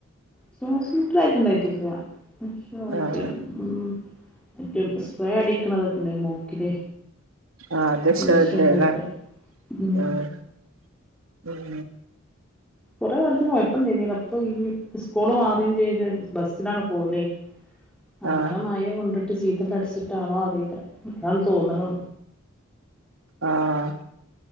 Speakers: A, in the centre; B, on the right (about 80°).
A: ശ്വാസം മുട്ടലായിട്ടുണ്ടായിട്ടില്ല <unintelligible>
B: ആഹ്
A: ഉം മറ്റേ സ്പ്രേ അടിക്കണതൊക്കെണ്ടോ ഈ മൂക്കില്
B: ആഹ് ദശന്റെ
A: ദശ ഇണ്ടായിട്ട്
B: ല്ലേ
A: ഉം
B: ആഹ് ഉം
A: കുറേ കാലത്തിന് കൊഴപ്പണ്ടായ്ഞ്ഞില്ല ഇപ്പൊ ഈ സ്കൂള് മാറിചെയ്ത് ബസ്സിലാണ് പോലേയ് അങ്ങനെ
B: ആഹ്
A: മഴ കൊണ്ടിട്ട് ചീത്തലടിച്ചിട്ടാണോ അറീല അതാണ് തോന്ന്ണ്
B: ആഹ്